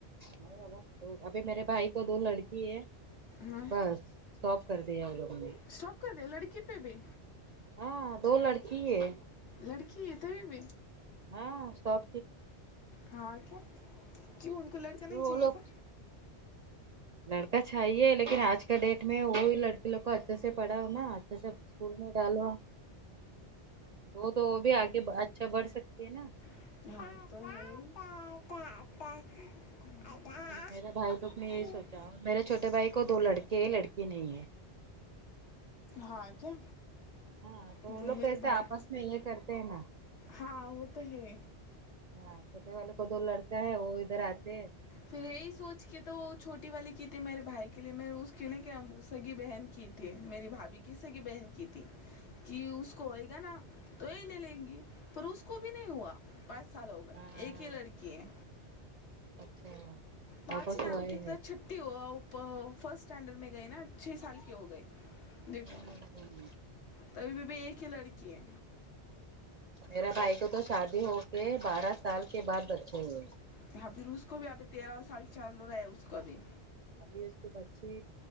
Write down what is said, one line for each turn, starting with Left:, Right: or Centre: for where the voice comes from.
Right: نہیں با ابھی میرے بھائی کو دو لڑکی ہے
Left: ہوں
Right: بس اسٹاپ کر د یا ہیں وہ لوگوں نے
Left: اسٹاپ کر دیں لڑکی پہ بھی
Right: ہاں دو لڑکی ہے
Left: لڑکی ہے تو بھی
Right: ہاں سب
Left: ہاں کیا کیوں ان کو لڑکا نہیں
Right: تو
Left: چاہیے
Right: وہ لوگ
Left: تھا
Right: لڑکا چھاہیے لیکن آج کے ڈیٹ میں وہی لڑکی لوگ کو اچھے سے پڑھا ہوناا جسے اسکول میں ڈالو وہ تو وہ بھی آگے اچھا بڑھ سکتی ہے نا
Left: <inaudible> <inaudible>
Right: میرا بھائی لوگ نے یہی سوچا اور میرے چوٹے بھائی کو دو لڑک ہی لڑکی نہیں ہے
Left: ہاں کیا
Right: ہاں تو
Left: نہیں
Right: وہ لوگ
Left: میرے
Right: کیسے
Left: بھائی
Right: آپس میں یہ کرتے ہیں نا
Left: ہاں وہ تو ہے
Right: ہاں چھوٹے والے کو دو لڑکا ہے وہ ادھر آتے ہیں
Left: پھر یہی سوچ کے تھا وہ چھوٹی والی کی تھی میرے بھائی کے لیے میں اس کیوں سگی بہن کی تھی تھی میری بھابھی کی سگی بہن کی تھی کہ اس کو آئے گا نا تو یہ لے لیں گے پر اس کو بھی نہیں ہوا پاس سال ہو گئے
Right: ہاں
Left: ایک ہی لڑکی ہے
Right: اچھا
Left: پانچنے
Right: واپس
Left: ابھی
Right: ہوا ہی
Left: کی
Right: نہیں
Left: طرح چھٹی ہو فرسٹ اسٹینڈرڈ میں گئی نا چھ سال کی ہو گئی دیکھو
Right: ہمم
Left: تبھی بیبھی ایک ہی لڑکی ہے
Right: میرے بھائی کو تو شادی ہو کے بارہ سال کے بعد بچے ہوئے
Left: پھر اس کو بھی ابھی تیرہ سال چل رہا ہے اس کو بھی
Right: ابھی اس کی بچی